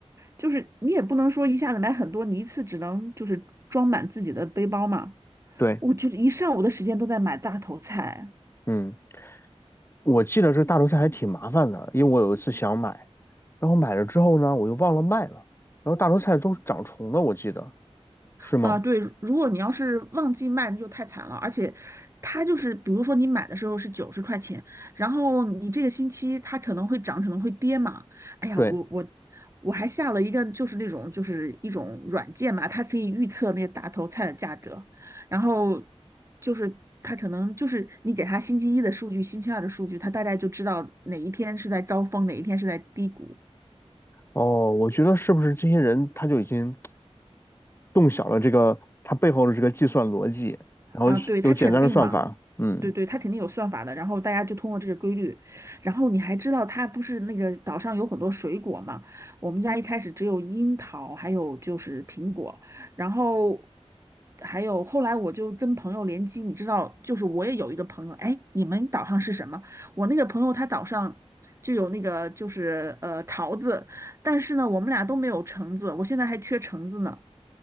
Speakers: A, on the right; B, on the left.
A: 就是你也不能说一下子买很多，你一次只能就是装满自己的背包嘛。
B: 对，
A: 我就是一上午的时间都在买大头菜。
B: 嗯，我记得这大头菜还挺麻烦的，因为我有一次想买，然后买了之后呢，我又忘了卖了，然后大头菜都长虫了，我记得是吗？
A: 啊，对，如果你要是旺季卖，那就太惨了。而且，它就是，比如说你买的时候是九十块钱，然后你这个星期它可能会涨，可能会跌嘛。哎呀，
B: 对。
A: 我我我还下了一个，就是那种就是一种软件嘛，它可以预测那个大头菜的价格，然后就是它可能就是你给它星期一的数据，星期二的数据，它大概就知道哪一天是在高峰，哪一天是在低谷。
B: 哦，我觉得是不是这些人他就已经动小了这个他背后的这个计算逻辑，然后是有简单的算法。
A: 啊，对，它肯定嘛，
B: 嗯，
A: 对对，它肯定有算法的。然后大家就通过这个规律，然后你还知道它不是那个岛上有很多水果嘛？我们家一开始只有樱桃，还有就是苹果，然后还有后来我就跟朋友联机，你知道，就是我也有一个朋友，哎，你们岛上是什么？我那个朋友他岛上就有那个就是呃桃子，但是呢，我们俩都没有橙子，我现在还缺橙子呢。